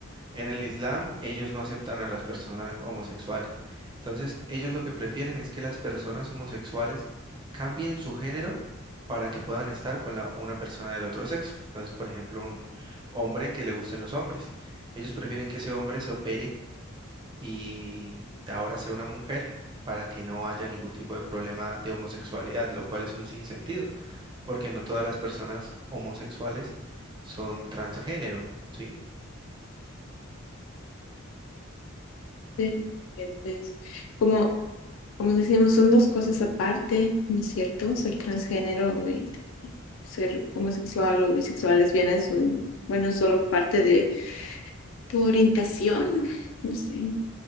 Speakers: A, on the right; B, on the left.
A: En el Islam, ellos no aceptan a las personas homosexuales. Entonces, ellos lo que prefieren es que las personas homosexuales cambien su género para que puedan estar con la- una persona del otro sexo. Entonces, por ejemplo, un hombre que le gusten los hombres. Ellos prefieren que ese hombre se opere y ahora sea una mujer para que no haya ningún tipo de problema de homosexualidad, lo cual es un sinsentido, porque no todas las personas homosexuales son transgénero, ¿sí?
B: de- gente, es Como Como decíamos, son dos cosas aparte, ¿no es cierto? Ser transgénero y ser homosexual o bisexual, lesbiana es un, bueno, es solo parte de tu orientación, no sé.